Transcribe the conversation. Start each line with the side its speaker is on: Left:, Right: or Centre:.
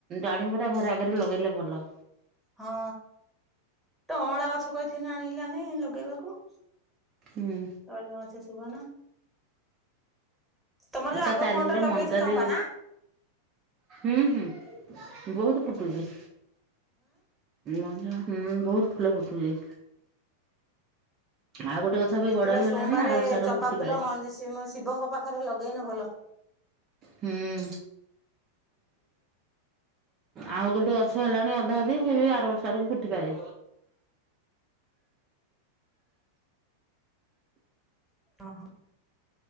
Right: ଡ଼ାଳିମ୍ବଟା ଘରେ ଆଗରେ ଲଗେଇଲେ ଭଲ।
Centre: ହଁ ଟ ଅଁଳା ଗଛ କହିିଥିନି ଆଣିଲନି ଲଗେଇବାକୁ।
Right: ହୁଁ।
Centre: <unintelligible> ନା ତମର ଯୋଉ
Right: ତା
Centre: ଆଗ
Right: ଚାରିକରେ
Centre: ଫଣ୍ଡରେ ଲଗେଇଛ
Right: ମନ୍ଦା
Centre: ଚମ୍ପା
Right: ଦେଇ
Centre: ନା।
Right: ହୁଁ, ହୁଁ ବହୁତ
Centre: ହୁଁ
Right: ଫୁଟୁଚି। ମନ୍ଦା ହୁଁ ବହୁତ ଫୁଲ ଫୁଟୁଛି। ଆଉ ଗୋଟେ ଗଛ ବି
Centre: କେତୁଟା
Right: ବଡ଼ ହେଇଗଲାଣି
Centre: ସୋମବାର
Right: ଆର ବର୍ଷ ଆଡ଼କୁ
Centre: ଚମ୍ପା
Right: ଫୁଟିପାରେ।
Centre: ଫୁଲ ମ ଶିବଙ୍କ ପାଖରେ ଲଗେଇନେ ଭଲ।
Right: ହୁଁ। ଆଉ ଗୋଟେ ଗଛ ହେଲାଣି ଅଧା ଅଧି ସେ ବି ଆର ବର୍ଷ ଆଡକୁ ଫୁଟି ପାରେ।
Centre: ଓହୋ।